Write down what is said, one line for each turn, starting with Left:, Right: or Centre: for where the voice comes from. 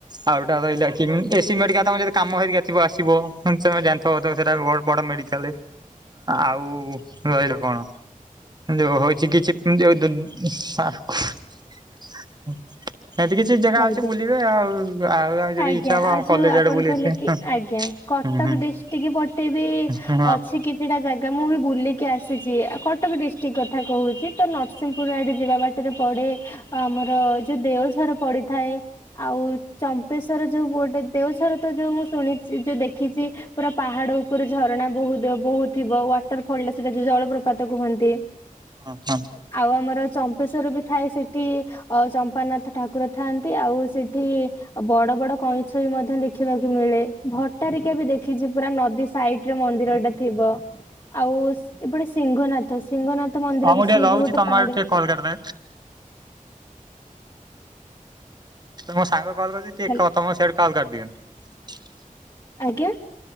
Right: ଆଉ ଏଟା ରହିଲା କିମ ଏ ସି ବି ମେଡିକାଲ ତମେ ଯଦି କାମ ହେରିକା ଥିବ ଆସିବ ଫଙ୍କସନ ରେ ଯାନ୍ତି ଫୋଟୋ ଉଠେଇଲା ବ-ବଡ଼ ମେଡିକା ଆଉ ରହିଲା କଣ? ଯଉ ହଉଚି କିଛି ଯଉ ଏମତି କିଛି ଜାଗା
Left: ଆଜ୍ଞା।
Right: ଅଛି ବୁଲିବେ ଆଉ ଆଉ ଯଦି
Left: ଆଜ୍ଞା
Right: ଇଚ୍ଛା ହବ
Left: ଆଉ
Right: ଆମ
Left: ଯୋଉ
Right: କଲେଜ
Left: ଆପଣ
Right: ଆଡେ ବୁଲି
Left: କହିଲେ
Right: ଆସିବେ।
Left: କି ଆଜ୍ଞା କଟକ
Right: ହୁଁ ହୁଁ।
Left: ଡିଷ୍ଟ୍ରିକ ପଟେଇବି
Right: ହଁ ହଁ
Left: ଅଛି କିଛିଟା ଜାଗା ମୁଁ ବି ବୁଲିକି ଆସିି ଆସିଚି କଟକ ଡିଷ୍ଟ୍ରିକ୍ଟ କଥା କହୁଛି ତ ନରସିଂହପୁର ଆଡେ ଯିବା ବାଟରେ ପଡ଼େ ଆମର ଯୋଉ ଦେଓଝର ପଡିଥାଏ ଆଉ ଚମ୍ପେଶ୍ଵର ଯୋଉ ଗୋଟେ ଦେଓଝର ତ ଯୋଉ ମୁ ଶୁଣିଛି ଯୋଉ ଦେଖିଛି ପୁରା ପାହାଡ ଉପରୁ ଝରଣା ବହୁ ବହୁତ ଥିବ ୱାଟରଫଲଟା ସେଟା ଯଉ ଜଳପ୍ର ପାତ କୁହନ୍ତି
Right: ହଁ ହଁ
Left: ଆଉ ଆମର ଚମ୍ପେଶ୍ଵର ବି ଥାଏ ସେ ସେଠି ଅ ଚମ୍ପାରାନାଥ ଠାକୁର ଥାଆନ୍ତି ଆଉ ସେଠି ବଡ ବଡ କଇଁଛ ବି ମଧ୍ୟ ଦେଖିବାକୁ ମିଳେ ଭଟାରିକା ବି ଦେଖିଛି ପୁରା ନଦୀ ସାଇଟରେ ମନ୍ଦିର ଟା ଥିବ ଆଉ ଏପଟେ ସିଂଘନାଥ। ସିଂଘନାଥ ମନ୍ଦିର
Right: ହଁ ମୁଁ
Left: ବି
Right: ଟିକେ
Left: ସିଏ
Right: ରହୁଛି
Left: ବି ଗୋଟେ
Right: ତମ
Left: ପାହାଡରେ
Right: ଆଡୁ ଟିକେ କଲ୍ କରିଦେବେ। ତ ମୋ ସାଙ୍ଗ କଲ୍ କରିଛି ଟିକେ
Left: ଥାଏ।
Right: କ ତମ ସିଆଡୁ କଲ୍ କାଟିଦିଅନ୍ତୁ।
Left: ଆଜ୍ଞା।